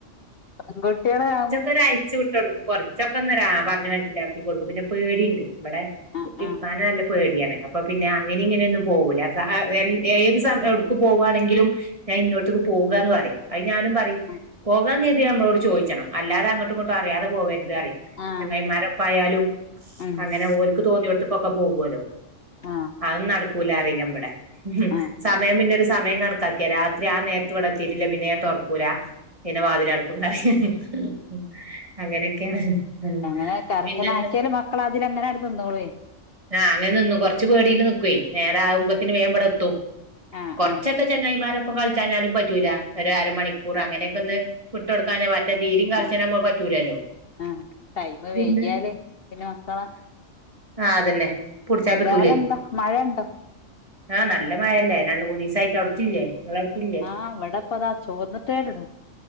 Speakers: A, on the left; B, on the right.
A: പെങ്കുട്ട്യാള്
B: ഒരു അയച്ചു വിട്ട് കൊടുക്കും കൊറച്ചൊക്കെ നോരാ പറഞ്ഞ് മനസ്സിലാക്കി കൊടുക്കും പിന്നെ പേടീണ്ട് ഇവടെ
A: ആ
B: ഇപ്പാനെ
A: ആ
B: നല്ല പേടിയാണ് അപ്പൊ പിന്നെ അങ്ങനെ ഇങ്ങനെയൊന്നും പോകൂല <unintelligible> ഏത് സമ എടുക്ക് പോവാണെങ്കിലും ഞാൻ ഇന്നോടത്തേക്ക് പോകുവാന്ന് പറയും അത് ഞാനും പറയും
A: ആ
B: പോകാൻ കരുതിയാ നമ്മളോട് ചോദിച്ചണം അല്ലാതെ അങ്ങോട്ടും ഇങ്ങോട്ടും അറിയാതെ പോകരുത് പറയും
A: ആ
B: ചങ്ങായിമാരൊപ്പായാലും
A: ഉം
B: അങ്ങനെ ഓലക്ക് തോന്നിയിടത്തക്കൊക്കെ പോകുവല്ലോ
A: ആ
B: അതോന്നും നടക്കൂല അറിയും ഞാൻ ഇവടെ ഉം
A: ആ
B: സമയം പിന്നൊരു സമയം കണക്കാക്കിയാ രാത്രി ആ നേരത്ത് ഇവിടെത്തിട്ടില്ലേ പിന്നെ ഞാൻ തൊറക്കൂല പിന്നെ വാതിലടക്കുന്ന് അറിയും ഉം അങ്ങനൊക്കെയാണ് ഉം
A: അങ്ങനെ കർശന
B: പിന്നെന്താ
A: ആക്കിയാല് മക്കൾ അതിലങ്ങനെ അങ്ങട് നിന്നോളേ
B: ആഹ് അങ്ങനെ നിന്നു കൊറച്ച് പേടിയിൽ നിക്കുവേ നേരാകുമ്പത്തേന് വേം ഇബടെത്തും
A: ആ
B: കുറച്ചൊക്കെ
A: ആ
B: ചങ്ങായിമാരൊപ്പൊ കളിച്ചഞ്ഞാലും പറ്റൂല ഒരരമണിക്കൂർ അങ്ങനെയൊക്കെ ഒന്ന് വിട്ട് കൊടുക്കാൻ തീരിം കർശനം
A: ആ
B: ആവുമ്പോ പറ്റൂല്ലല്ലോ
A: ആ ടൈമ്
B: പിന്നെ
A: വൈകിയാല് പിന്നെ മക്കളെ
B: ആഹ് അതന്നെ പുടിച്ചാൽ കിട്ടൂലേ
A: വേറെന്താ മഴ ഉണ്ടോ
B: ആഹ് നല്ല മഴല്ലേ രണ്ട് മൂന്ന് ദിവസ ആയിട്ട് അവിടെക്കില്ലേ ഇങ്ങളെ അവ്ടുക്ക് ഇല്ലാ
A: ആഹ് ഇവിടപ്പതാ ചോർന്നിട്ടേ ഉള്ളു